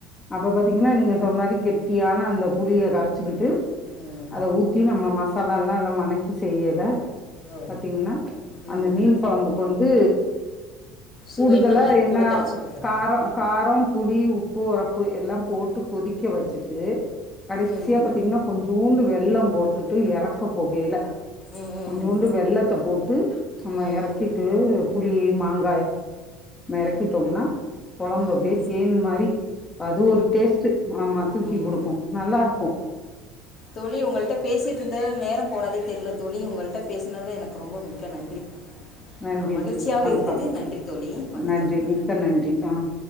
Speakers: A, on the left; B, on the left.
A: அப்ப பாத்தீங்கன்னா நீங்க சொன்ன மாதிரி கெட்டியான அந்த புளிய கரைச்சு
B: ம்
A: அத ஊற்றி நம்ம ம தல எல்லாம் எல்லாம் வனைக்கி செய்யல
B: ஓ
A: பாத்தீங்கன்னா
B: ம்
A: அந்த மீன் குழம்புக்கு வந்து
B: சுவை
A: கூடுதலா
B: நன்ன
A: என்ன
B: கூடுதலாக சுவை கிடைக்கும்
A: காரம் காரம் புளி உப்பு உரப்பு எல்லாம் போட்டு கொதிக்க வச்சுட்டு கடைசியா
B: ம்
A: பாத்தீங்கன்னா கொஞ்சோண்டு வெள்ளம் போட்டு ட்டு இறக்க போகல
B: ம் ம்
A: கொஞ்ச கொண்டு வெள்ளத்தை போட்டு நம்ம
B: ம்
A: இறக்கிட்டு புளி மாங்க மக்கிட்டோம்னா
B: ம்,
A: குழம்பு
B: ம்
A: அப்படியே தேன் மாதிரி அது ஒரு டேஸ்ட் ஆமா தூக்கி
B: உம்
A: குடுக்கு நல்லா இருக்கு
B: தோழி உங்கள்கிட்ட பேசிட்டு இருந்த நேரம் போனதே தெரியல தோழி உங்கள்கிட்ட பேசினதுத எனக்கு ரொம்ப முக்கிய நன்றி
A: நன்றி
B: ஆஹ் மகிழ்ச்சியாவ
A: வணக்கம்
B: இருந்தது நன்றி தோழி வணக்கம்
A: நன்றி மிக்க நன்றி ஆஹ்